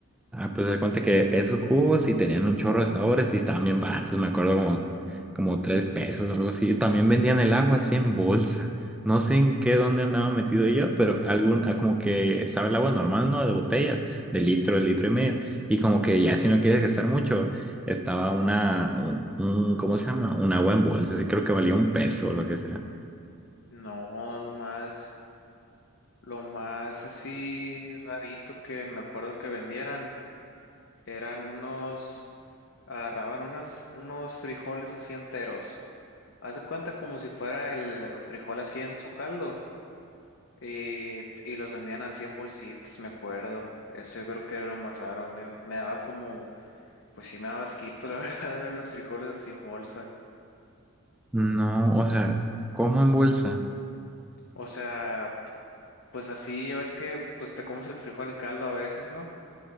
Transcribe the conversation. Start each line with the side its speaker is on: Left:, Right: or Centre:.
Centre: Ah, pues se cuenta que esos jugos sí tenían un chorro de sabores y estaban bien baratos, me acuerdo como, como tres pesos o algo así. Y También vendían el agua así en bolsa. No sé en qué dónde andaba metido yo, pero algún, ah, como que estaba el agua normal, ¿no? De botella, de litro, de litro y medio. Y como que ya si no quieres gastar mucho, estaba una, un, un- ¿cómo se llama? Un agua en bolsa, así creo que valía un peso o lo que sea.
Left: No, nomás. Lo más así rarito que me acuerdo que vendieran eran unos, agarraban unas, unos frijoles así enteros. Haz de cuenta como si fuera el frijol así en su caldo. Y, y los vendían así en bolsitas, me acuerdo. Eso yo creo que era lo más raro. Me, me daba como, pues sí me daba asquito, <laughs> la verdad, ver los frijoles así en bolsa.
Centre: No, o sea, ¿cómo en bolsa?
Left: O sea, pues así, ya ves que pues te comes el frijol en caldo a veces, ¿no?